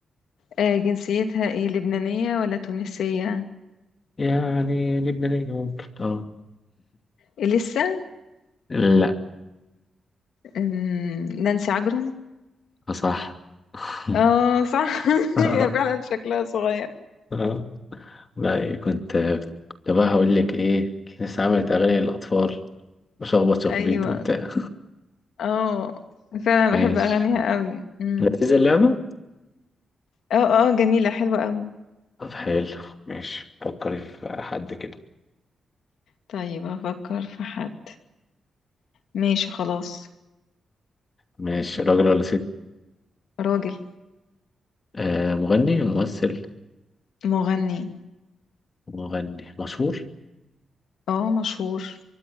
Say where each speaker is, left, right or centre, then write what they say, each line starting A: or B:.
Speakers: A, on the left; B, on the left.
A: آه جنسيتها ايه لبنانية ولا تونسية
B: يعني لبنانية ممكن اه
A: إيه لسه
B: <laughs> لا
A: أمم، نانسي عجرم
B: صح <laughs>
A: اه صح <laughs>
B: اه
A: هي فعلا شكلها صغير
B: آه. لا إيه، كنت كنت بقى هقول لك ايه لسه عملت اغاني للاطفال وشخبط شخبيط
A: ايوه
B: وبتاع
A: اه فعلا
B: <laughs> ماشي
A: بحب اغانيها قوي امم
B: لذيذة اللعبة
A: اه اه جميلة حلوة قوي
B: طب حلو ماشي فكري في حد كده
A: طيب هفكر في حد ماشي خلاص
B: ماشي راجل ولا ست
A: راجل
B: آه مغني ممثل
A: مغني
B: مغني مشهور
A: اه مشهور